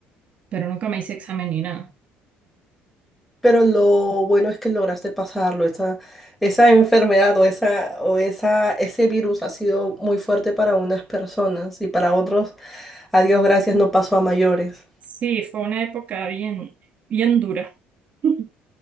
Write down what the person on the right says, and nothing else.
pero nunca me hice examen ni nada.
Sí, fue una época bien, bien dura. <laughs>